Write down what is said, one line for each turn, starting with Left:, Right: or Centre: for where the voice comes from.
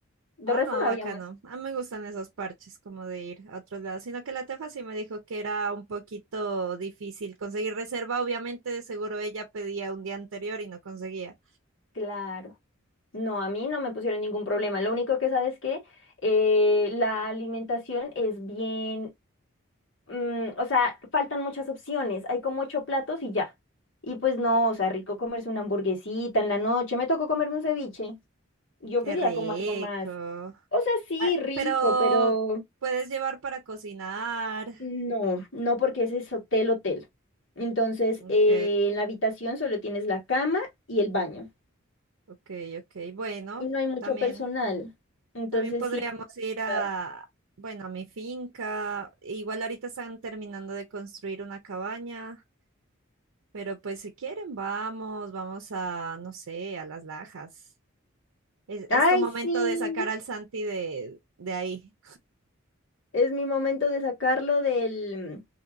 Left: De
Right: Ah,
Left: resto
Right: no,
Left: no
Right: bacano.
Left: había más.
Right: A mí me gustan esos parches como de ir a otros lados. Sino que la tefa sí me dijo que era un poquito difícil conseguir reserva. Obviamente, de seguro ella pedía un día anterior y no conseguía.
Left: Claro. No, a mí no me pusieron ningún problema. Lo único que sabes que eh, la alimentación es bien, mm, o sea, faltan muchas opciones. Hay como ocho platos y ya. Y pues no, o sea, rico comerse una hamburguesita en la noche. Me tocó comerme un ceviche. Yo
Right: Qué
Left: quería
Right: rico.
Left: como algo más, o sea, sí,
Right: Ah,
Left: rico,
Right: pero
Left: pero
Right: puedes llevar para cocinar.
Left: no, no porque ese es hotel, hotel. Entonces,
Right: Ok,
Left: eh, en la habitación solo tienes la cama y el baño.
Right: ok, ok. Bueno,
Left: Y no hay mucho
Right: también.
Left: personal. Entonces,
Right: También podríamos
Left: sí. he
Right: ir a,
Left: encontrado-
Right: bueno, a mi finca. Igual ahorita están terminando de construir una cabaña, pero pues si quieren, vamos, vamos a, no sé, a Las Lajas. Es,
Left: Ay,
Right: es tu momento
Left: sí.
Right: de sacar al Santi de, de ahí.
Left: Es mi momento de sacarlo del,